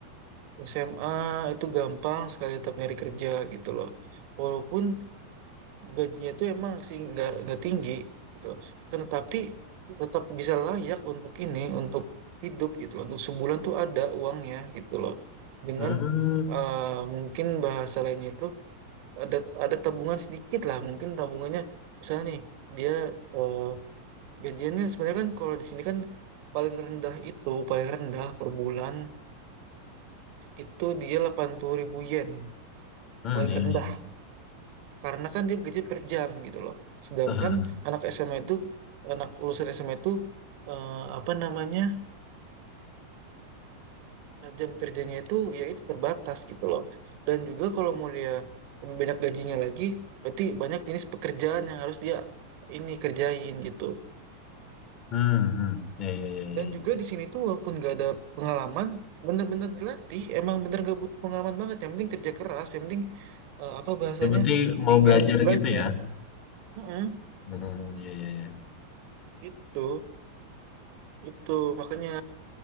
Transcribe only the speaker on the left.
Ya.
Hmm,
iya,
iya.
Tahan.
Hmm, hmm. Iya, iya, iya, iya.
iya.
Yang penting mau
belajar
gitu ya.
Hmm, iya, iya, iya.